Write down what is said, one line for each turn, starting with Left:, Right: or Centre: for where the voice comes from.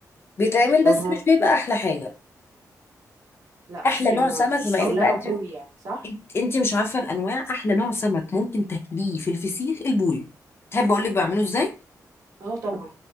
Left: بيتعمل
Right: اها
Left: بس مش بيبقى احلى حاجه
Right: لا
Left: احلى
Right: بصي
Left: نوع
Right: انا ما
Left: سمك
Right: اعرفش بس
Left: بما
Right: هقول
Left: انك
Right: لها
Left: بقى
Right: بوري
Left: انت
Right: يعني صح
Left: انت إنت مش عارفه الانواع احلى نوع سمك ممكن تاكليه في الفسيخ البوي تحب اقول لك بعمله ازاي
Right: اه طبعا